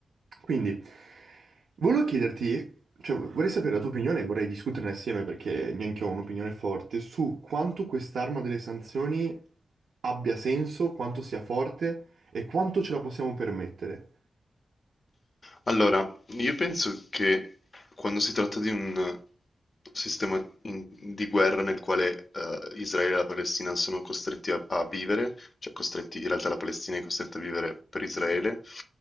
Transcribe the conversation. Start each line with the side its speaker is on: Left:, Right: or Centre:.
Right: Quindi, volevo chiederti cioè, vorrei sapere la tua opinione e vorrei discuterne assieme perché neanche io ho un'opinione forte su quanto quest'arma delle sanzioni abbia senso, quanto sia forte e quanto ce la possiamo permettere.
Left: Allora, io penso che quando si tratta di un eh, sistema in- di guerra nel quale eh, Israele e la Palestina sono costretti a, a vivere, cioè costretti, in realtà la Palestina è costretta a vivere per Israele,